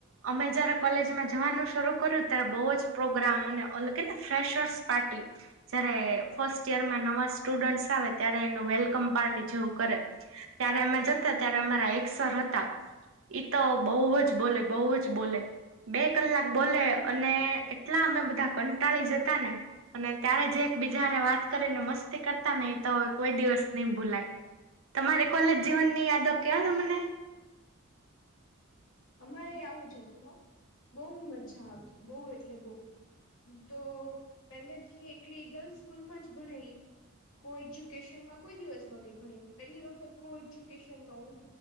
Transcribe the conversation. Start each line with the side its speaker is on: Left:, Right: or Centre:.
Right: અમે જયારે કોલેજમાં જવાનું શરૂ કર્યું ત્યારે બહુ જ પ્રોગ્રામ અને અ કે ને ફ્રેશર્સ પાર્ટી જયારે ફર્સ્ટ યરમાં નવા સ્ટુડન્ટસ આવે ત્યારે એનું વેલકમ પાર્ટી જેવું કરે ત્યારે અમે જતા ત્યારે અમારા એકસર હતા ઈ તો બહુ જ બોલે બહુ જ બોલે બે કલાક બોલે અને એટલા અમે બધા કંટાળી જતા ને અને ત્યારે જે એક બીજા હારે વાત કરીને મસ્તી કરતા ને એ તો હવે કોઈ દિવસ નહી ભૂલાય તમારી કોલેજ જીવન ની યાદો કેવો ને મને
Left: અમારે આવું જતું હો બોહ મજા આવતી બહુ એટલે બોહ તો પેલેથી એકલી ગીર્લ્સ સ્કૂલમાં જ ભણેલી કો એજ્યુકેશનમાં કોઈ દિવસ નોતી ભણી પેલી વખત કો એજુકેશનમાં હું